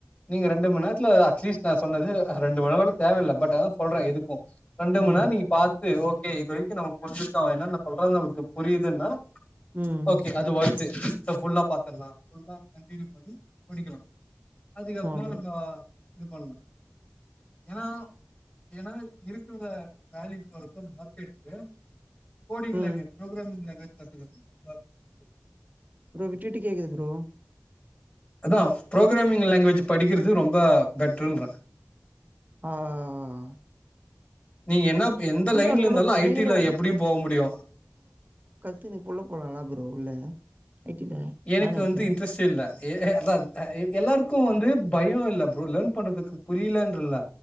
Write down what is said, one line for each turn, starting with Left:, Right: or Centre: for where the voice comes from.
Left: நீங்க ரெண்டு மண் நேரத்துல அட்லீஸ்ட் நா சொன்னது ரெண்டு மணி நேர கூட தேவயில்ல பட் அஆனா சொல்றேன் எதுக்கும் ரெண்டு
Right: ம்
Left: மண்நேரம் நீங்க பாத் து ஓகே இது வரைக் கும் நம்ம புரிஞ்சிருக்கோ என்னன்ன சொல்றது நமக்குப் புரியுதுன்னா
Right: ம்
Left: ஓகே அது ஒ ர்த்து ஃபுல்லா பாத்துல்லாம் கண்டின்யூ பண்ணி படிக்கலாம் அதுக்கு
Right: ஆமா
Left: அப்மா
Right: ப்ரோ
Left: நா இது பண்லாம் ஏன்னா ஏன்னா இருக்றத வேல்யூ பண்றக்தா வொர்க் இருக்கு கோடிங்
Right: ம்
Left: லங்குவேஜ் ப்ரோக்ராமிங் லங்குவேஜ் <unintelligible>
Right: ப்ரோ விட்டு விட்டுக் கேக்குது ப்ரோ
Left: அதான் ப்ரோக்ராமிங் லங்குவேஜ் படிக்குறது ரொம்ப பெட்ருன்றேன்
Right: ஆ. ஆ ஆ
Left: நீங்க என்னப் எந்த லைன்ல
Right: அது
Left: இருந்தாலும்
Right: உள்ள போற
Left: ஐட்டில
Right: நீங்களு
Left: எப்டியும் போ முடியும்
Right: கத்துனுக் குள்ள போலாம் ல ப்ரோ உள்ள ஐ டி ல
Left: எனக்கு
Right: நான் ஐ
Left: வந்து
Right: டி ல
Left: இன்ட்ரெஸ்ட்டே இல்ல எ அதா எல்லாருக்கும் வந்து பயம் இல்ல ப்ரோ லேன் பண்றதுக்கு புரியலன்றல்ல